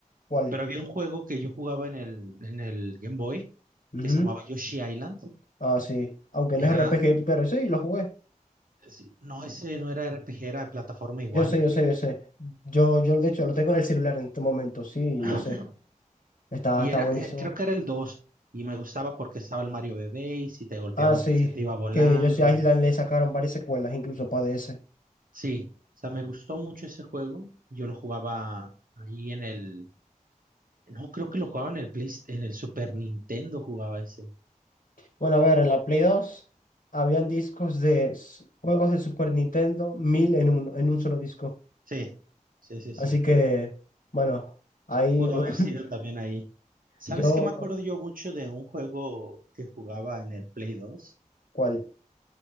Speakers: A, on the left (about 70°); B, on the right (about 80°).
A: ¿Cuál?
B: pero había un juego que yo jugaba en el, en el Game Boy
A: Ujú.
B: que se llamaba Yoshi Island.
A: Ah, sí. Aunque no es
B: Era,
A: RPG, claro, sí, lo jugué.
B: sí, no, ese no era RPG, era de plataforma igual.
A: Yo sé, yo sé, yo sé. Yo, yo de hecho lo tengo en el celular en este momento, sí,
B: <laughs>
A: yo sé. Está,
B: Y
A: está
B: era,
A: buenísimo.
B: eh, creo que era el 2 y me gustaba porque estaba el Mario Bebé, y si te golpeaban,
A: Ah, sí.
B: se te iba volando,
A: Que yo sé,
B: y
A: Island le sacaron varias secuelas, incluso para DS.
B: sí, o sea, me gustó mucho ese juego, yo lo jugaba ahí en el, no, creo que lo jugaba en el Play, en el Super Nintendo jugaba ese,
A: Bueno, a ver, en la Play 2 habían discos de s- juegos de Super Nintendo, mil en uno, en un solo disco.
B: sí, sí, sí, sí,
A: Así que, bueno, ahí
B: pudo
A: uno,
B: haber
A: <laughs>
B: sido también ahí. ¿Sabes
A: yo,
B: qué me acuerdo yo mucho de un juego que jugaba en el Play dos
A: ¿cuál?